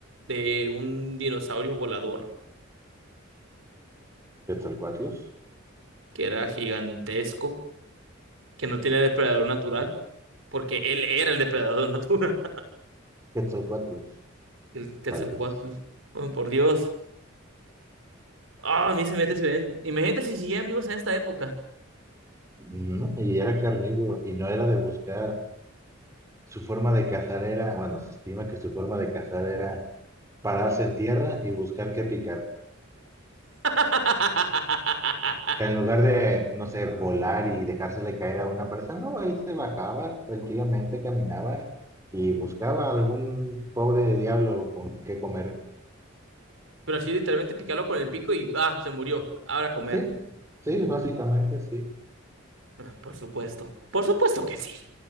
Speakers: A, on the right (about 70°); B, on the right (about 15°).
A: de un dinosaurio volador
B: ¿Quetzalcoatlus?
A: que era gigantesco, que no tiene depredador natural, porque él era el depredador <laughs> natural,
B: Quetzalcoatlus,
A: el Quetzalcóatl.
B: tal vez.
A: Oh, por Dios. Ah, a mí se mete, se ven. Imagínate si siguieran vivos en esta época.
B: Ujú, Y era carnívoro, y no era de buscar, su forma de cazar era, bueno, se estima que su forma de cazar era pararse en tierra y buscar qué picar.
A: <laughs>
B: O sea, en lugar de, no sé, volar y dejársele caer a una presa, no, ahí se bajaba tranquilamente, caminaba y buscaba algún pobre diablo con qué comer.
A: Pero así literalmente picarlo con el pico y ah, se murió. Ahora a comer.
B: Sí, sí, básicamente sí.
A: Ah, Por supuesto. Por supuesto que sí.